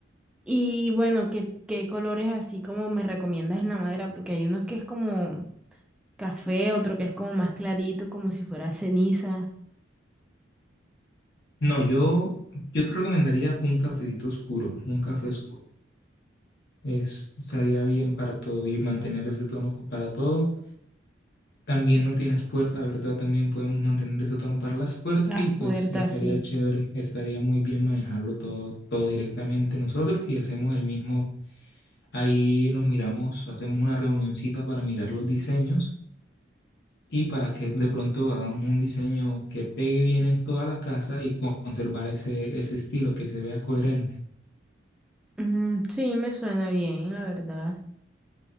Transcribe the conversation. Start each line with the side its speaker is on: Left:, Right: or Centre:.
Centre: Y bueno, ¿qué, qué colores así como me recomiendas en la madera? Porque hay unos que es como café, otro que es como más clarito, como si fuera ceniza.
Left: No, yo, yo te recomendaría un cafecito oscuro, un café oscuro. Es, estaría bien para todo y mantener ese tono co- para todo. También no tienes puerta, ¿verdad? También podemos mantener ese tono para las puertas
Centre: Las
Left: y
Centre: puertas,
Left: pues estaría
Centre: sí.
Left: chévere, estaría muy bien manejarlo todo, todo directamente nosotros y hacemos el mismo, ahí nos miramos, hacemos una reunioncita para mirar los diseños y para que de pronto hagamos un diseño que pegue bien en toda la casa y con- conservar ese, ese estilo que se vea coherente,
Centre: Mm, sí, me suena bien, la verdad.